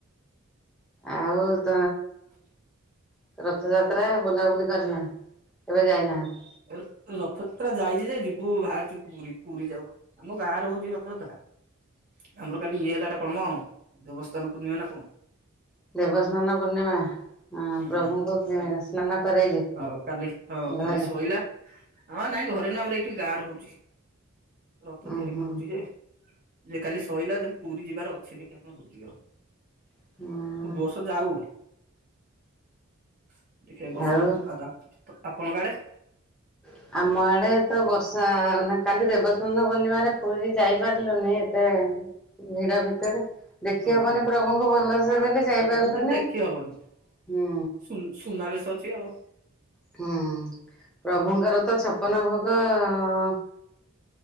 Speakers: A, on the right; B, in the centre.
A: <inaudible>
B: ଆଉ ତ <inaudible>
A: <inaudible> <inaudible>
B: <inaudible> <inaudible>
A: ହୁଁ କାଲି ହଁ କାଲି ହଁ କାଲି <inaudible>
B: ଉଁ ହୁଁ।
A: <inaudible>
B: <inaudible>
A: <inaudible> <inaudible>
B: ଆଉ <inaudible> <inaudible>
A: ଓହୋ ଆ, ଦେ- ଦେଖି ହବନି
B: ହୁଁ
A: <inaudible>
B: <inaudible>